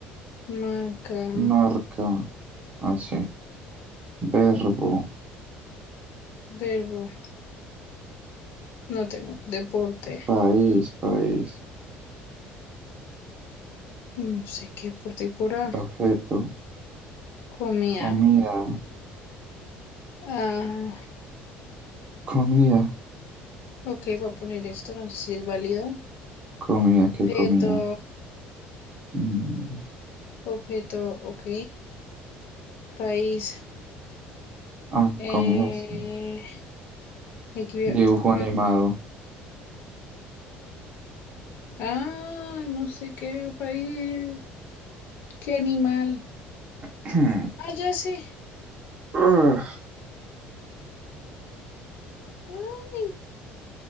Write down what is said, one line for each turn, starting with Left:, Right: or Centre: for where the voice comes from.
Left: Marca.
Right: marca, así. Verbo,
Left: Verbo. No tengo. Deporte.
Right: país, país.
Left: No sé qué deporte hay por A.
Right: Objeto,
Left: Comida.
Right: comida,
Left: ah
Right: comida,
Left: Ok, voy a poner esto, no sé si es válido.
Right: comida,
Left: Objeto,
Right: ¿qué comida? Mm,
Left: objeto, ok. País,
Right: ah,
Left: eh,
Right: comida, sí.
Left: aquí veo-
Right: Dibujo animado.
Left: mm. Ay, no sé qué país, qué animal.
Right: <clears throat>
Left: Ah, ya sé.
Right: Ugh,
Left: Ay,